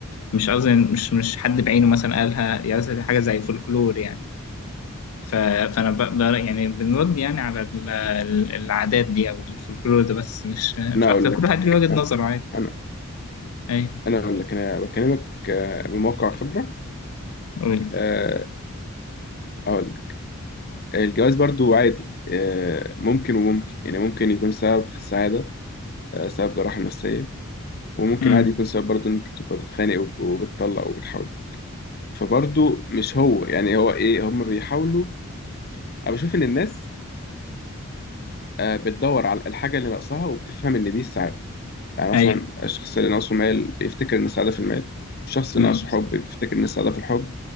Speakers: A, on the left (about 80°); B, on the left (about 45°).
A: مش قصدي مش مش حد بعينه مثلا قالها يعني مثلا دي حاجة زي فولكلور يعني ف- فانا بقدر يعني بنرد يعني على ال- ال- العادات دي او الفولكلور ده بس مش مش
B: انا
A: اكتر
B: اقول لك
A: كل واحد ليه وجهة
B: آه،
A: نظره عادي
B: انا
A: ايوه
B: انا اقول لك انا بكلمك آه، من موقع خبره
A: قول
B: آه، اقول لك الجواز برضو عادي آه، ممكن وممكن يعني ممكن يكون سبب في السعاده آه، سبب للراحه النفسيه وممكن
A: امم
B: عادي يكون سبب برضو ان انت تبقى بتخانق وب- وبتطلق وبتحاول فبرضو مش هو يعني هو ايه هم بيحاولوا انا بشوف ان الناس آه، بتدور على الحاجه اللي ناقصاها وبتفهم ان دي السعاده يعني مثلا
A: ايوه
B: الشخص اللي ناقصه مال بيفتكر ان السعاده في المال الشخص
A: امم
B: اللي ناقصه حب بيفتكر ان السعاده في الحب